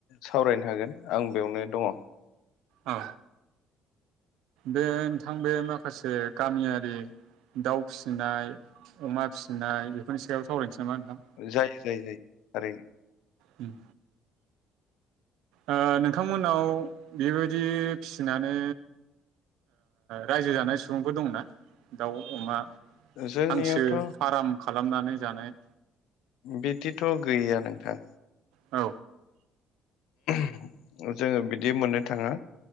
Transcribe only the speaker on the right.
ओ बे नोंथां बे माखासे गामियारि दाउ फिसिनाय अमा फिसिनाय बेफोरनि सायाव सावरायनोसै। नामा नोंथां
उम ओ नोंथांमोनाव बेबायदि फिसिनानै रायजो जानाय सुबुंफोर दंना? दाउ अमा
हांसो फार्म खालामनानै जानाय
औ